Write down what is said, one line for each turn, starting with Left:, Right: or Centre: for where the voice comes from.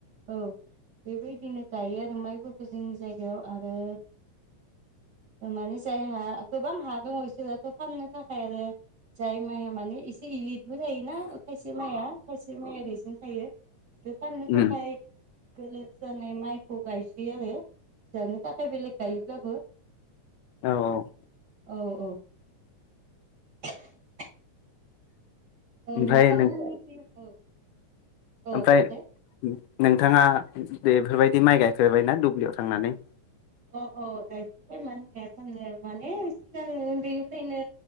Right: औ बेबायदिनो गायो आरो माइफोरखौ जोंनि जायगायाव आरो। माने जायहा गोबां हा दङ बिसोरथ' फाननो थाखाय आरो जाय माइया माने एसे इयथबो थायो ना खायसे माइआ खायसे माइ ओरैजोंनो थायो। <unintelligible>
Left: उम
Right: थाखाय गोलोर जानाय माइखौ गायसै आरो जानो थाखाय बेलेग गायोब्लाबो
Left: औ औ।
Right: औ औ। <inaudible> औ
Left: ओमफ्राय
Right: नोंथांमोन
Left: नों
Right: औ औ
Left: ओमफ्राय
Right: बुंलाय
Left: नोंथाङा बेफोरबायदि माइ गायखोबायनाा दुब्लियाव थांनानै
Right: अ अ गायफेरबाय मानो होनायास आनो माने सिगां उन्दैनिफ्रायनो